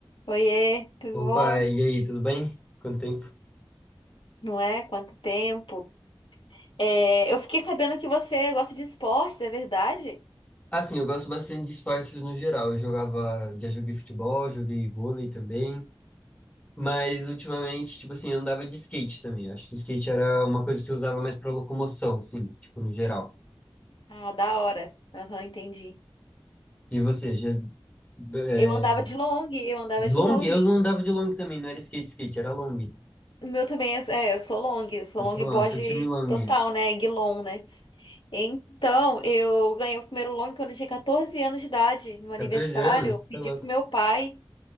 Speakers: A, on the left (about 70°); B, on the left (about 15°).
A: Oiê, tudo
B: Opa,
A: bom?
B: e aí, tudo bem? Quanto tempo?
A: Não é? Quanto tempo? É, eu fiquei sabendo que você gosta de esportes, é verdade?
B: Assim, eu gosto bastante de esportes no geral. Eu jogava, já joguei futebol, joguei vôlei também, mas ultimamente, tipo assim, eu andava de skate também. Eu Acho que o skate era uma coisa que eu usava mais para locomoção, assim, tipo, no geral.
A: Ah, da hora. Aham, entendi.
B: E você, já, é,
A: Eu andava de long, eu andava
B: de long?
A: de long.
B: Eu não andava de long também, não era skate, skate, era long.
A: O meu também é, é, eu sou long, eu sou
B: Eu
A: longboard
B: sou long, sou time long.
A: total, né? Guilon, né? Então, eu ganhei o primeiro long quando eu tinha 14 anos de idade, no meu aniversário.
B: 14 anos?
A: Eu
B: Você
A: pedi
B: é louco.
A: pro meu pai.